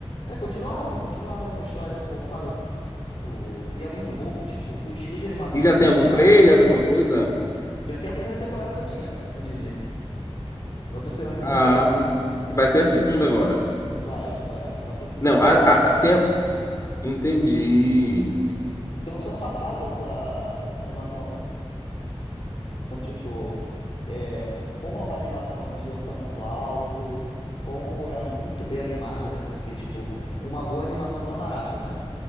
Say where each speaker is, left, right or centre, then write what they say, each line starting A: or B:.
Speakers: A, on the left; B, on the left.
A: É, continuaram, continuaram a história como parou. Tipo, e é muito bom que, tipo, o estilo de animação
B: E já
A: que
B: tem
A: eles
B: algum
A: usaram
B: trailer, alguma coisa?
A: já tem a primeira temporada todinha na Disney. Agora eu tô esperando a segunda
B: Ah,
A: sair.
B: vai ter a segunda agora.
A: Vai, vai. Só que demora,
B: Não, a, a-
A: né?
B: tem, Entendi.
A: Porque lançou ano passado essa, essa animação. Então, tipo, é, como é uma animação de orçamento alto, como é muito bem animado, né? Porque, tipo, uma boa animação não é barato, né?